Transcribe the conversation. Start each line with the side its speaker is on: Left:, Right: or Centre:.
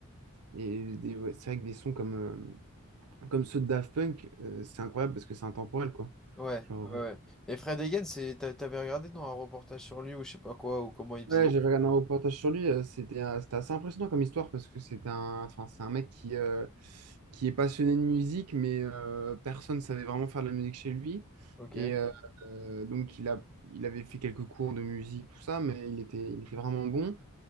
Right: et des- ouais, c'est vrai que des sons comme, euh, comme ceux de Daft Punk, euh, c'est incroyable parce que c'est intemporel, quoi.
Centre: ouais,
Right: Genre,
Centre: ouais.
Right: ouais,
Centre: ouais. Et Fred Again, c'est, t'a- t'avais regardé dans un reportage sur lui ou je sais pas quoi, ou comment il faisait.
Right: Ouais, j'avais regardé un reportage sur lui, euh, c'était euh, c'était assez impressionnant comme histoire parce que c'est un, enfin, c'est un mec qui, euh, qui est passionné de musique, mais euh, personne ne savait vraiment faire de la musique chez lui.
Centre: Ok.
Right: Et euh, euh, donc, il a, il avait fait quelques cours de musique, tout ça, mais il était, il était vraiment bon.